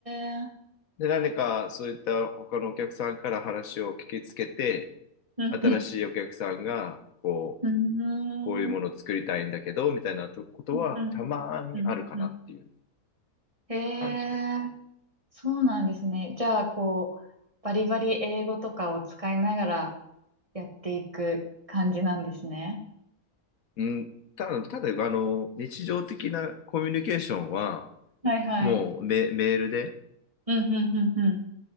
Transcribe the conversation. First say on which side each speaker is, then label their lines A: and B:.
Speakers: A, on the right; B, on the left.
A: えー
B: で、何かそういった他のお客さんから話を聞きつけて、
A: うん、
B: 新しいお客さんが、こう、
A: うん、
B: こういうものを作りたいんだけど、
A: うーん、
B: みたいなとことはたまにあるかなっていう
A: うん、うん、うんうん。ええー
B: 感じかな。
A: そうなんですね。じゃあ、こう、バリバリ英語とかを使いながらやっていく感じなんですね。
B: うん、ただ、ただ、あの、日常的なコミュニケーションは、
A: はいはい。
B: もうメ、メールで
A: うん、うん、うん、うん。